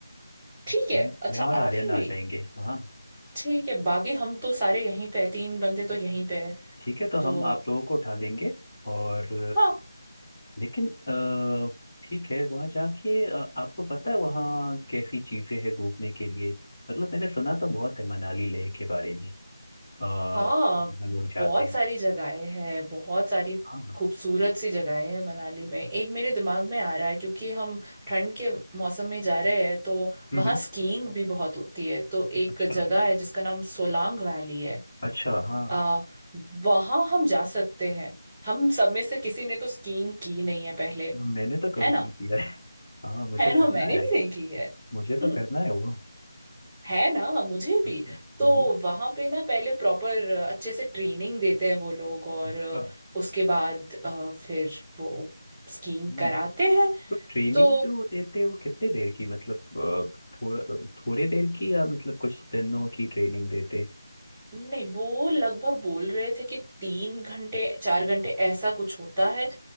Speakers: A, in the centre; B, on the left.
A: ठीक है
B: मैं
A: अच्छा
B: मैं और
A: आप
B: आर्यन
A: ही
B: आ
A: भी
B: जाएंगे हाँ
A: ठीक है बाकी हम तो सारे यहीं पे हैं तीन बंदे तो यहीं पे है
B: ठीक है तो
A: तो
B: हम आप लोगों को उठा लेंगे और
A: हाँ
B: लेकिन अ, ठीक है वहाँ जाके अ, आपको पता है वहाँ कैसी चीजें हैं घूमने के लिए मतलब मैंने सुना तो बहुत है मनाली लेह के बारे में आ,
A: हाँ
B: लोग जाते
A: बहुत
B: हैं
A: सारी जगहें हैं बहुत सारी
B: हाँ हाँ,
A: खूबसूरत सी जगहें हैं मनाली में एक मेरे दिमाग में आ रहा है क्योंकि हम ठंड के मौसम में जा रहे हैं तो
B: हम्म
A: वहाँ
B: हम्म,
A: स्कीइंग भी बहुत होती है तो एक
B: अच्छा
A: जगह है जिसका नाम सोलांग वैली है
B: अच्छा हाँ
A: आ, वहाँ हम जा सकते हैं हम सब में से किसी ने तो स्कीइंग की नहीं है पहले
B: मैंने तो कभी
A: है ना
B: नहीं किया है हाँ मुझे
A: है
B: करना
A: ना मैंने
B: है
A: भी नहीं की है
B: मुझे तो
A: हम्म।
B: करना है वो
A: है ना मुझे
B: हाँ,
A: भी तो
B: हम्म,
A: वहां पे ना पहले प्रॉपर अच्छे से ट्रेनिंग देते हैं वो लोग और
B: अच्छा
A: अ, उसके बाद अ, फिर वो स्कीइंग
B: हम्म,
A: कराते हैं
B: तो ट्रेनिंग
A: तो
B: जो देते हैं वो कितने देर की मतलब अ, थोड़ा थोड़े देर की या मतलब कुछ दिनों की ट्रेनिंग देते हैं?
A: नहीं वो लगभग बोल रहे थे कि तीन घंटे चार घंटे ऐसा कुछ होता है अ,